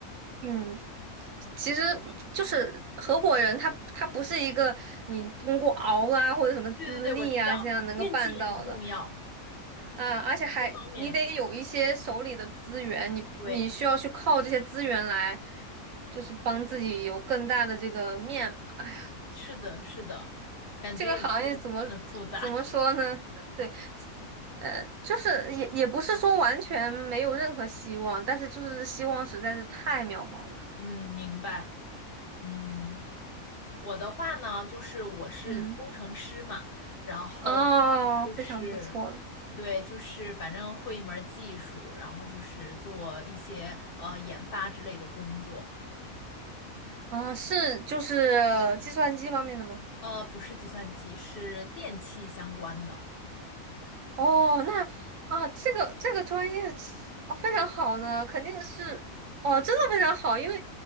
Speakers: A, on the right; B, on the left.
A: 嗯。其实就是合伙人他，他不是一个你通过熬啊或者什么资历啊这样能够办到的
B: 对对对，我知道，运气也很重要，
A: 啊，而且还你得有一些手里的资源，
B: 各方面。
A: 你你需要去靠这些资源来，
B: 对，
A: 就是帮自己有更大的这个面嘛。哎呀，
B: 是的，是的，感觉也是很复杂。
A: 这个行业怎么怎么说呢？对，呃，就是也也不是说完全没有任何希望，但是就是希望实在是太渺茫了。
B: <laughs> 嗯，明白。嗯，我的话呢，就是我是工程师嘛，
A: 嗯，
B: 然后
A: 哦，
B: 就是。
A: 非常不错。
B: 对，就是反正会一门儿技术，然后就是做一些呃研发之类的工作，
A: 啊，是就是计算机方面的吗？
B: 呃，不是计算机，是电器相关的。
A: 哦，那啊，这个这个专业哦非常好呢，肯定是哦，真的非常好，因为